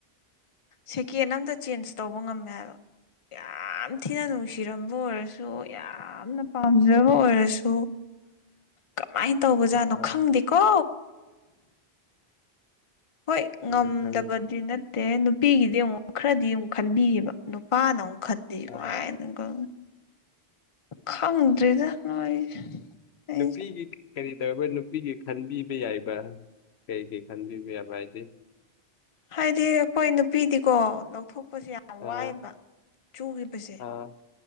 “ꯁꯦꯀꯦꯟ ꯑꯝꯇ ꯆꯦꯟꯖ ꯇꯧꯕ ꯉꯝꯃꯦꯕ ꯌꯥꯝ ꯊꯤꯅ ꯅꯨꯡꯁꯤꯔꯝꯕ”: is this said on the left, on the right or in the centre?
Left